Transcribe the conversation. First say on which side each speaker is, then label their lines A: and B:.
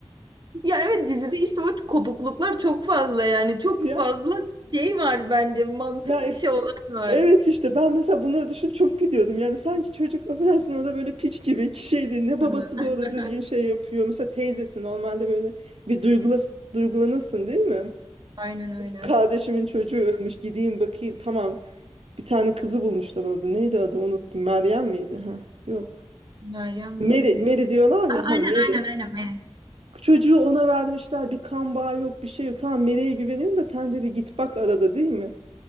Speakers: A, on the right; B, on the right.
A: Ya evet dizide işte o kopukluklar çok fazla yani çok
B: Ya
A: fazla şey var bence mantık
B: ya
A: dışı olay var.
B: evet işte ben mesela bunları düşünüp çok gülüyordum. Yani sanki çocuk affedersin orada böyle piç gibi ki şeydi. Ne babası
A: Hı. <laughs>
B: da orada düzgün şey yapıyor. Mesela teyzesi normalde böyle bir duygula, duygulanırsın değil mi?
A: Aynen öyle.
B: Kardeşimin çocuğu ölmüş. Gideyim bakayım. Tamam. Bir tane kızı bulmuşlar orada. Neydi adı? Unuttum. Meryem miydi? Ha, yok.
A: Meryem
B: Meri,
A: değil
B: Meri
A: ya.
B: diyorlar
A: A-
B: ya. Ha,
A: Aynen
B: Meri.
A: aynen aynen Meryem.
B: Çocuğu ona vermişler. Bir kan bağı yok, bir şey yok. Tamam Meri'ye güveniyorum da sen de bir git bak arada değil mi?